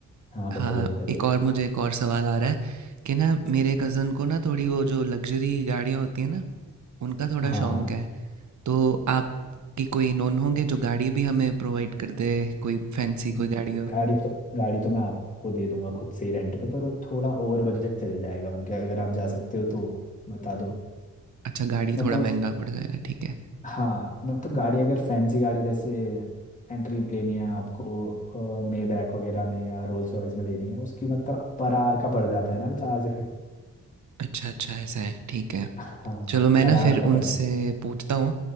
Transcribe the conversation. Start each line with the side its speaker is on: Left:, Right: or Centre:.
Left: हाँ
Right: हाँ
Left: बताइए बताइए
Right: एक और मुझे एक और सवाल आ रहा है कि ना मेरे कज़न को ना थोड़ी वो जो लग्जरी गाड़ियाँ होती हैं ना उनका थोड़ा
Left: हाँ
Right: शौक
Left: हाँ
Right: है तो आपकी कोई नोन होंगे जो गाड़ी भी हमें प्रोवाइड कर दे कोई फैंसी
Left: जी।
Right: कोई गाड़ी हो
Left: गाड़ी तो गाड़ी तो मैं आपको दे दूंगा खुद से ही रेंट पे पर वो थोड़ा ओवर बजट चले जाएगा उनके अगर आप जा सकते हो तो बता दो
Right: अच्छा गाड़ी
Left: मतलब
Right: थोड़ा महंगा
Left: उस
Right: पड़ जाएगा ठीक है
Left: हाँ मतलब गाड़ी अगर फैंसी गाड़ी जैसे एंट्री लेनी है आपको मे बैक वगैरह में या रोल्स रॉयस में लेनी है उसकी मतलब पर आर का पड़ जाता है ना वो चार्ज फिर
Right: अच्छा अच्छा ऐसा है ठीक है
Left: हाँ
Right: चलो मैं
Left: पर
Right: ना
Left: आर
Right: फिर
Left: का पड़
Right: उनसे
Left: जाएगा
Right: पूछता हूँ